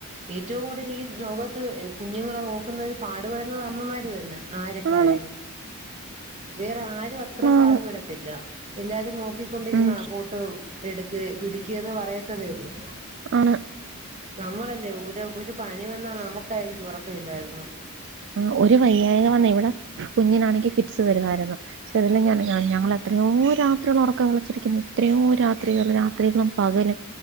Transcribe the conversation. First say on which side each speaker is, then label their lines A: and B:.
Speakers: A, on the right (about 30°); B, on the right (about 55°).
A: ഏറ്റവും കൂടുതല് ഈ ലോകത്ത് ഏഹ് കുഞ്ഞുങ്ങളെ നോക്കുന്നത് പാടുപെടുന്നത് അമ്മമാര് തന്നാ ആരക്കാഴി
B: ആണ്
A: വേറെ ആരും അത്ര പാടുപെടത്തില്ല
B: ആണ്
A: എല്ലാരും നോക്കിക്കൊണ്ടിരുന്നാ
B: ഉം
A: കൂട്ട് എടുക്കേ പിടിക്കേന്ന് പറയത്തതേ ഒള്ളൂ
B: ആണ്
A: നമ്മളല്ലേ ഒരു ഒരു പനി വന്നാ നമുക്കായിരിക്കും ഉറക്കമില്ലായ്മ
B: ആഹ് ഒരു വയ്യായ്ക വന്നാ ഇവിടെ കുഞ്ഞിനാണെങ്കി ഫിറ്റ്സ് വരുമായിരുന്നു പക്ഷെ ഇതെല്ലാം ഞാൻ ഞ ഞങ്ങള് എത്രയോ രാത്രികള് ഒറക്കം ഒളച്ചിരിക്കുന്നു എത്രയോ രാത്രികള് രാത്രികളും പകലും